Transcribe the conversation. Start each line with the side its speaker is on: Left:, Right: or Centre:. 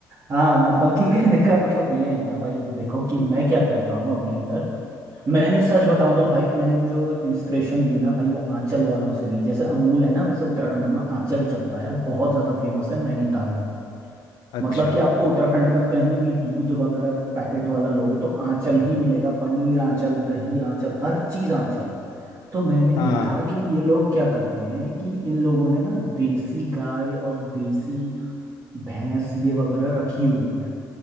Right: हाँ मतलब कि कहने का मतलब ये है ना भाई देखो कि
Left: हम्म,
Right: मैं क्या करता हूँ अपने इधर मैंने सच बताऊं तो भाई मैंने जो इंस्पिरेशन ली ना भाई वो आंचल वालों से ली जैसे अमूल है ना वैसे उत्तराखंड में आंचल चलता है बहुत ज़्यादा फेमस है नैनीताल में
Left: अच्छा
Right: मतलब कि आपको उत्तराखंड में कहीं भी दूध वगैरह पैकेट वाला लोगे तो आंचल ही मिलेगा पनीर आंचल दही आंचल हर चीज आंचल तो मैंने
Left: हाँ
Right: देखा कि ये लोग क्या करते हैं कि इन लोगों ने ना देसी गाय और देसी भैंस ये वगैरह रखी हुई हैं